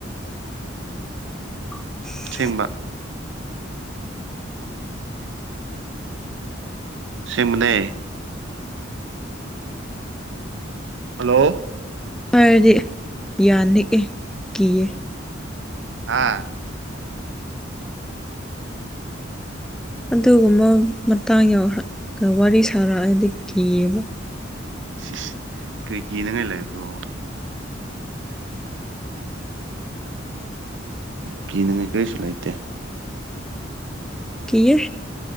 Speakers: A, in the centre; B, on the right (about 65°).
A: <inaudible>
B: ꯑꯁꯦꯡꯕ ꯑꯁꯦꯡꯕꯅꯦ ꯍꯜꯂꯣ
A: ꯑꯥꯏꯔꯗꯤ ꯌꯥꯅꯤꯛꯑꯦ ꯀꯤꯌꯦ
B: ꯑꯥ
A: ꯑꯗꯨꯒꯨꯝꯕ ꯃꯇꯥꯡ ꯌꯧꯔꯛꯀ ꯋꯥꯔꯤ ꯁꯥꯔꯛꯑꯗꯤ ꯀꯤꯌꯦꯕ
B: ꯏꯁ ꯏꯁ ꯀ꯭ꯔꯤ ꯀꯤꯅꯤꯡꯉꯥꯏ ꯂꯩꯕ꯭ꯔꯣ ꯀꯤꯅꯤꯡꯉꯥꯏ ꯀꯔꯤꯁꯨ ꯂꯩꯇꯦ
A: ꯀꯤꯌꯦ